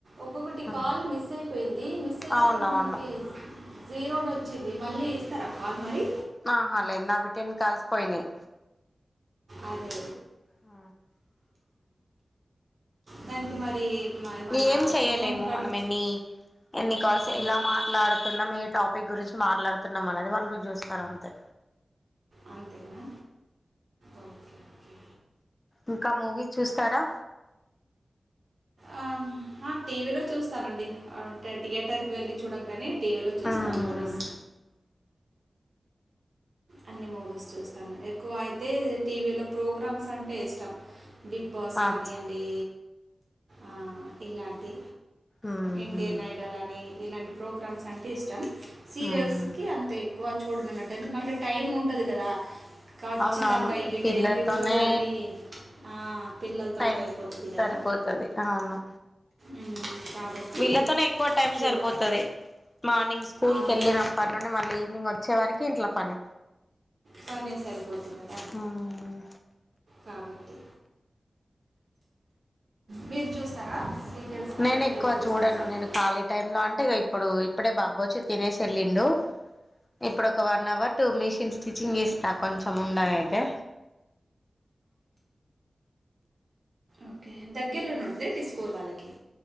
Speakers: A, on the right; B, on the left.
A: ఒక్కొక్కటి
B: మ్మ్.
A: కాల్ మిస్ అయిపోయింది మిస్ అయితే
B: అవునవును
A: అక్కడ మనకి జీరోని వచ్చింది మళ్ళీ ఇస్తారా కాల్ మరి
B: ఆహా లేదు నావి టెన్ కాల్స్ పోయినాయి
A: అరే
B: ఆ
A: దానికి మరి మ- ఏమన్నా
B: ఏం చెయలేము
A: అమౌంట్ కట్
B: మనం ఎన్ని ఎన్ని కాల్స్
A: ఆ,
B: ఎలా మాట్లాడుతున్నాం టాపిక్ గురించి మాట్లాడుతున్నాం అనది వాళ్ళు నువ్వు చూస్తారు అంతే
A: అంతేనా ఓకే ఓకే
B: ఇంకా మూవీ చూస్తారా
A: ఆ, టీవీలో చూస్తానండి థియేటర్కి వెళ్ళి చూడం కానీ టీవీలో చూస్తాను
B: మ్మ్
A: మూవీస్ అన్ని మూవీస్ చూస్తాను ఎక్కువ అయితే టీవీలో ప్రోగ్రామ్స్ అంటే ఇష్టం బిగ్ బాస్
B: అచ్చ
A: కానీ అండి ఆ ఇలాంటి
B: మ్మ్
A: ఇండియన్ ఐడల్ అని ఇలాంటి ప్రోగ్రామ్స్ అంటే ఇష్టం సీరియల్స్
B: మ్మ్
A: కి అంత ఎక్కువ చూ <unintelligible> ఎందుకు అంటే టైం ఉంటది కదా ఖచ్చితంగా
B: అవునవును
A: ఈ
B: పిల్లలతోనే
A: టైంకి చూడాలని ఆ, పిల్లలతో
B: టైం
A: అయిపోతుంది
B: సరిపోతుది
A: కదా
B: అవును
A: మ్, కాబట్టి
B: వీళ్ళతోనే ఎక్కువ టైం
A: చూడ
B: సరిపోతుది మార్నింగ్ స్కూల్
A: అవును
B: వెళ్ళినప్పటి నుండి మళ్ళీ ఈవినింగ్ వ వచ్చే వరికి ఇంట్లో పని
A: పనీ సారే పోద్ది కదా
B: మ్మ్
A: కాబట్టి మీరు చూస్తారా సీరియల్స్ కానివ్వండి
B: నేను ఎక్కువ
A: మూవీస్
B: చూడాను
A: కానివ్వండి
B: నేను ఖాళీ టైం లో అంటే ఇప్పుడు ఇప్పుడే బాబోచి తినేసి వెళ్ళిండు ఇప్పుడు ఒక one hour two machines stitching చేస్తా కొంచెం ఉండ అయితే
A: ఓకే దగ్గర్లోనే ఉంటదేంటి స్కూల్ వాళ్ళకి